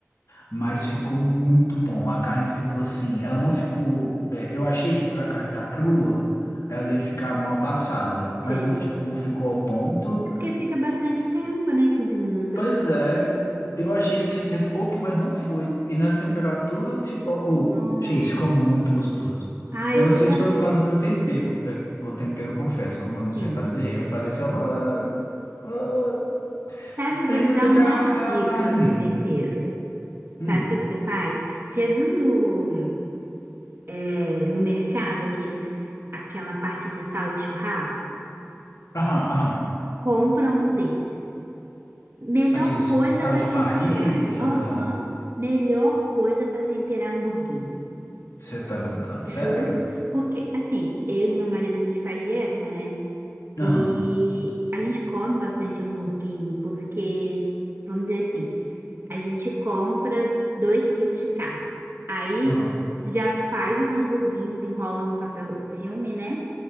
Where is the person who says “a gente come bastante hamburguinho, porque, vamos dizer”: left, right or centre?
Right